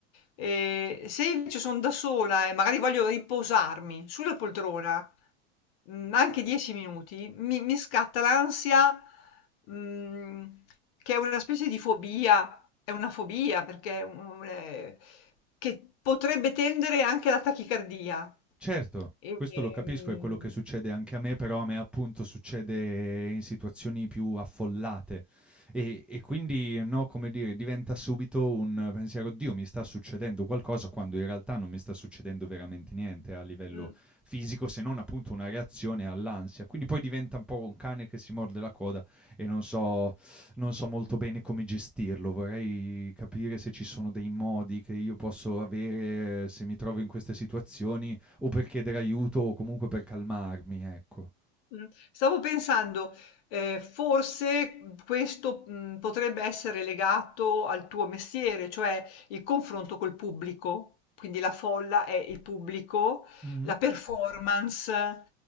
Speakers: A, on the left; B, in the centre.
A: E se invece sono da sola e magari voglio riposarmi sulla poltrona, mh, anche 10 minuti, mi, mi scatta l'ansia, mh, che è una specie di fobia, è una fobia perché è un ehm, che potrebbe tendere anche alla tachicardia.
B: Certo,
A: E,
B: questo
A: Ehm
B: lo capisco, è quello che succede anche a me, però a me appunto succede in situazioni più affollate e e quindi, no, come dire, diventa subito un pensiero: "Oddio, mi sta succedendo qualcosa", quando in realtà non mi sta succedendo veramente niente a livello
A: mh.
B: fisico, se non appunto una reazione all'ansia. Quindi poi diventa un po' un cane che si morde la coda e non so non so molto bene come gestirlo. Vorrei capire se ci sono dei modi che io posso avere se mi trovo in queste situazioni o per chiedere aiuto o comunque per calmarmi, ecco.
A: Mh. Stavo pensando, ehm, forse, mhmm, questo, mhmm, potrebbe essere legato al tuo mestiere, cioè il confronto col pubblico, quindi la folla è il pubblico,
B: Mhm.
A: la performance.